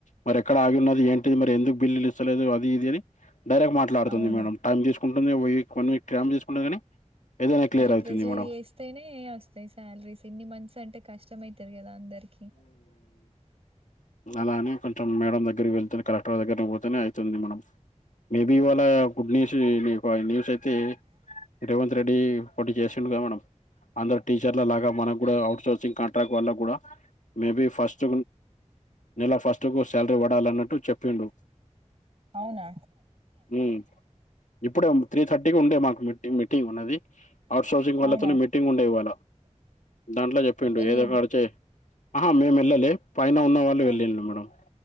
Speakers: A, on the left; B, on the right.
A: మరి ఎక్కడ ఆగిన్నది ఏంటిది మరి ఎందుకు బిల్లులు ఇస్తలేదు అది ఇది అని డైరెక్ట్ మాట్లాడుతుంది
B: అవును
A: మేడం టైం చేసుకుంటుంది వక్ వన్ వీక్ టై చేసుకుంటుంది కానీ ఏదైనా క్లియర్
B: అట్లా
A: అవుతుంది
B: ప్రెజర్
A: మేడం
B: చేస్తేనే వస్తాయి సాలరీస్ ఇన్ని మంత్స్ అంటే కష్టం అయితది కదా అందరికి
A: అలానే కొంచెం మేడం దగ్గరకి వెళ్తే కలెక్టర్ దగ్గర పోతే అవుతుంది మనం మేబి ఇవాళ గుడ్ న్యూస్ న్యూస్ అయితే ఇడి పోటీ చేసిండు గా మేడం అందరు టీచర్ల లాగా మనం కూడా ఔట్సోర్సింగ్ కాంట్రాక్ట్ వల్ల కూడా మేబి ఫస్ట్ నెలా ఫస్ట్ కు శాలరీ పడాలన్నట్టు చెప్పిండు
B: అవునా
A: ఉమ్ ఇప్పుడే త్రీ థర్టీకి ఉండే మాకు మీటి మీటింగ్ ఉన్నది అఔట్సోర్సింగ్ వళ్లతోనే
B: అవునా
A: మీటింగ్ ఉండే ఇవాళ దాంట్లో చెప్పిండు
B: ఎల్లింది
A: ఏదో ఒక అడిచాయి ఆహా మేము వెళ్ళలే పైన ఉన్న వాళ్ళు
B: ఆ
A: వెళ్ళిళ్ళు మేడమ్